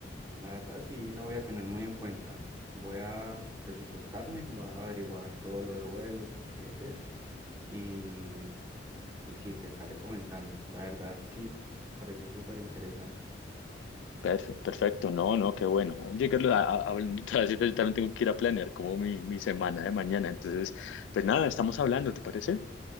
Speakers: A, on the right; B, on the left.
A: la verdad sí la voy a tener muy en cuenta. Voy a presupuestarme, voy a averiguar todo lo de vuelos, tiquetes y Y sí, te estaré comentando. La verdad, sí, pareció súper interesante.
B: Perfe- Perfecto, no, no, qué bueno. Oye, Carlos, a- a- hablando otra vez, yo también tengo que ir a planear como mi, mi semana de mañana. Entonces, pues nada, estamos hablando, ¿te parece?